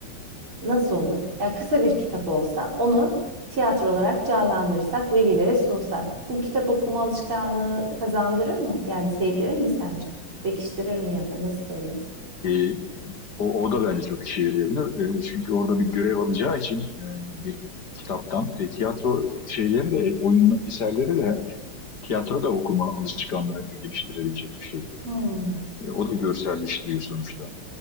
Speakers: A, on the right; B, on the left.
A: nasıl olur? Yani kısa bir kitap olsa onu tiyatro olarak canlandırsak, velilere sunsak. Bu kitap okuma alışkanlığı kazandırır mı? Yani sevdirir mi sence? Pekiştirir mi ya da nasıl sorayım?
B: E, o, o da bence çok işe yarayabilir. E, çünkü orada bir görev alacağı için e, bir kitaptan e, tiyatro şeyleri de oyun eserleri de hani tiyatro da okuma alışkanlığını geliştirebilecek bir şey.
A: Hmm.
B: E, o da görselleştiriyor sonuçta.